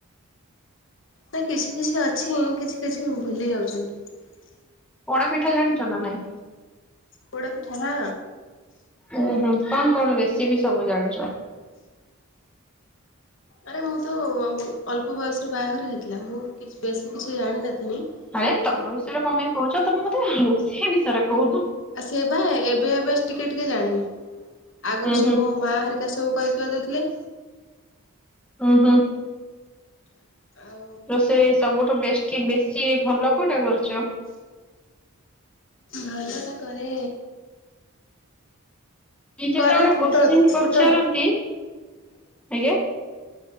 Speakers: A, on the left (about 60°); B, in the centre.
A: ନାଁ କିଛି କିଛି ଅଛି କିଛି କିଛି ହଁ ଭୁଲି ଯାଉଛନ୍ତି।
B: ପୋଡ଼ ପିଠା ଜାଣିଛ ନା ନାଇଁ?
A: ପୋଡ଼ପିଠା ହଁ
B: ଓ ହୋ କଣ କଣ ରେସିପି ସବୁ ଜାଣିଛ?
A: ଆରେ ମୁଁ ତ-ଅ-ଅ ଅଳ୍ପ ବୟସରେ ବାହାଘର ହେଇଥିଲା। ମୁଁ କିଛି ବେଶୀ କିଛି ଜାଣିନଥିଲି।
B: ଆରେ
A: ଏ
B: ତମ ବିଷୟରେ କଣ ପାଇଁ କହୁଛ ତମେ ମୋ <unintelligible> ସେ ବିଷୟରେ କହୁନ?
A: ଆ ସେ ବା ଏବେ ଏବେ ଟିକେ ଟିକେ ଜାଣିନି। ଆଗରୁ
B: ହୁଁ
A: ସବୁ
B: ହୁଁ
A: ମା ହେରିକା ସବୁ କହି କୁହା ଦଉଥିଲେ।
B: ହଁ ହୁଁ।
A: <unintelligible>
B: ତ ସେ ସବୁଠୁ ବେଶ ବେଶୀ ଭଲ କୋଉଟା କରୁ ଚ
A: ଭଲ ଟା କରେ
B: ନିଜେତେବେଳେ
A: କରେ ପୋଟଳ
B: କୋଶ୍ଚିିନ ପଚାରନ୍ତି,
A: ପୋଟଳ
B: ଆଜ୍ଞା।